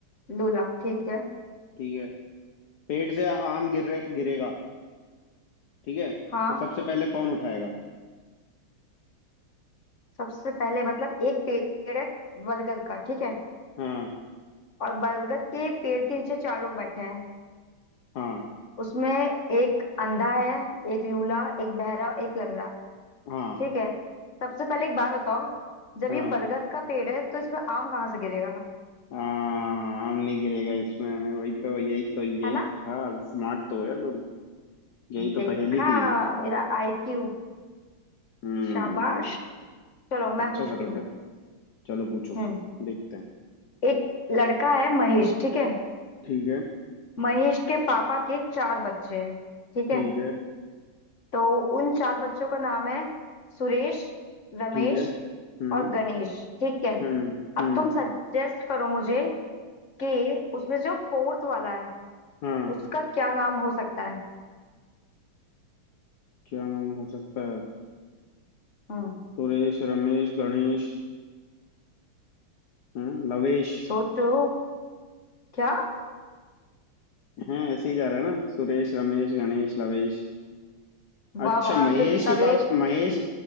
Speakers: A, on the left; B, on the left.
A: लूला ठीक है
B: ठीक है पेड़ से आम गिरे गिरेगा ठीक है
A: हाँ
B: तो सबसे पहले कौन उठाएगा
A: सबसे पहले मतलब एक पेड़ है बरगद का ठीक है
B: हाँ
A: और बरगद के पेड़ के नीचे चार लोग बैठे हैं
B: हाँ
A: उसमें एक अंधा है एक लूला एक बहरा एक लंगड़ा
B: हाँ
A: ठीक है सबसे पहले एक बात बताओ जब
B: हाँ
A: ये बरगद का पेड़ है तो इसमें आम कहाँ से गिरेगा
B: हाँ आम नहीं गिरेगा इसमें वही तो यही तो यही
A: है ना
B: तो था स्मार्ट तो हो यार तुम यही तो
A: देखा
B: पहेली थी
A: मेरा आईक्यू
B: हम्म
A: शाबाश चलो मैं
B: अच्छा
A: पूछती
B: कर रखा
A: हूँ
B: है चलो पूछो
A: हम्म
B: देखते हैं
A: एक लड़का है महेश ठीक है
B: ठीक है
A: महेश के पापा के चार बच्चे हैं ठीक
B: ठीक
A: है
B: है
A: तो उन चार बच्चों का नाम है सुरेश रमेश
B: ठीक है हम्म
A: और गणेश ठीक है
B: हम्म
A: अब
B: हम्म
A: तुम सजेस्ट करो मुझे कि उसमें जो फोर्थ वाला है
B: हाँ
A: उसका क्या नाम हो सकता है
B: क्या नाम हो सकता है
A: हम्म
B: सुरेश रमेश गणेश हाँ, लवेश
A: सोचो क्या
B: हाँ ऐसे ही जा रहा है ना सुरेश रमेश गणेश लवेश अच्छा
A: वाह वाह
B: महेश
A: फिर
B: के
A: तवेश
B: पाप महेश